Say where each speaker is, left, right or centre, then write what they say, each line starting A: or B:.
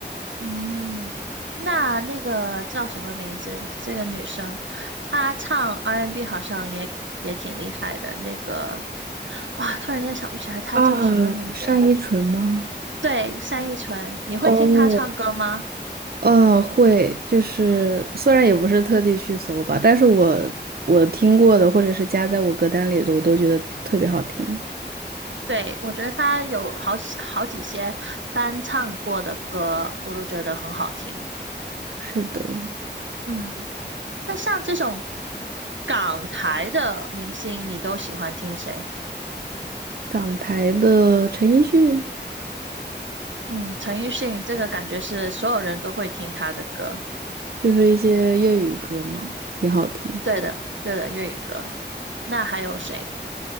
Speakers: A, on the right; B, on the right.
A: 嗯，那那个叫什么名字？这个女生，她唱 R&B N 好像也也挺厉害的。那个，哇，突然间想不起来她叫什么名字。
B: 啊，单依纯吗？
A: 对，单依纯，你会听她唱歌吗？
B: 哦，嗯，会，就是虽然也不是特地去搜吧，但是我我听过的或者是加在我歌单里的，我都觉得特别好听。
A: 对，我觉得她有好几好几些翻唱过的歌，我都觉得很好听。
B: 是的，
A: 嗯，那像这种港台的明星，你都喜欢听谁？
B: 港台的陈奕迅。
A: 嗯，陈奕迅这个感觉是所有人都会听他的歌。
B: 就是一些粤语歌嘛，挺好听的。
A: 对的，对的，粤语歌。那还有谁？